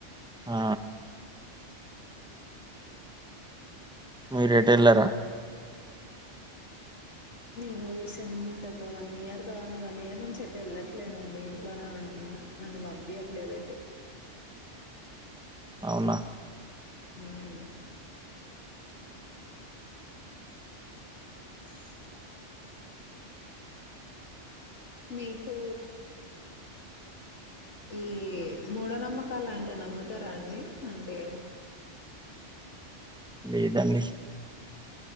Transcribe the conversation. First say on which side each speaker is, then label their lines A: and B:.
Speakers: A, in the centre; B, on the left.
A: ఆ మీరు ఎటెళ్ళారా
B: మూవీసు అంత ఒక one year the one year నుంచి ఎట్తే వెళ్ళట్లేదుండి ఇంట్లోనే ఉంట. నన్ను పంపియట్లేదు ఎటు
A: అవునా
B: మ్మ్ <inaudible> మీకు ఈ మూఢోనమ్మకాలు అంటే నమ్ముతారా అండి అంటే
A: లేదండి.